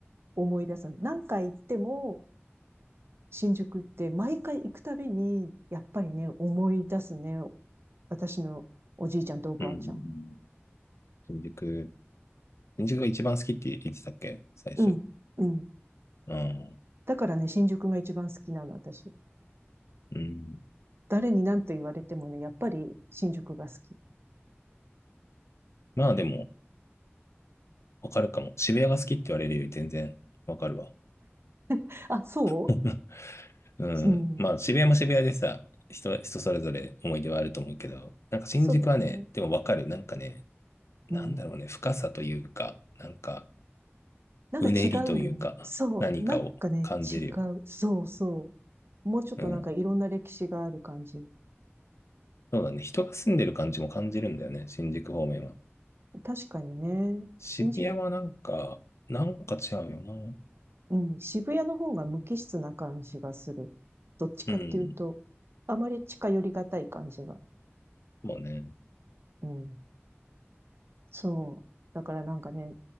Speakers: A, on the right; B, on the left.
A: 思い出す。何回行っても、新宿って毎回行くたびに、やっぱりね、思い出すね。私のおじいちゃんとおばあちゃん。
B: うんうんうん。新宿、新宿が一番好きって言ってたっけ最初。
A: うん、うん。
B: うん。
A: だからね、新宿が一番好きなの、私。
B: うん。
A: 誰に何と言われてもね、やっぱり新宿が好き。
B: まあでも、わかるかも。渋谷が好きって言われるより全然わかるわ。
A: <laughs> あ、そ
B: <laughs> うん。
A: ううん。
B: まあ、渋谷も渋谷でさ、人、人それぞれ思い出はあると思うけど、なんか新宿はね、
A: そうだね。
B: でもわかる。なんかね、なんだろうね、
A: うん。
B: 深さというか、なんか、
A: なんか違うんだよね。
B: うねりというか、
A: そう。
B: 何かを感じるよ。
A: なんかね、違う。そうそう。もうちょっとなんかいろんな歴史がある感じ。
B: うん。そうだね。人が住んでる感じも感じるんだよね、新宿方面は。
A: 確かにね、
B: 渋谷はなんか、
A: 新宿、
B: なんか違うよな。
A: うん、渋谷の方が無機質な感じがする。どっちかっていうと、
B: うん。
A: あまり近寄りがたい感じが。
B: そうね。
A: うん。そう。だからなんかね、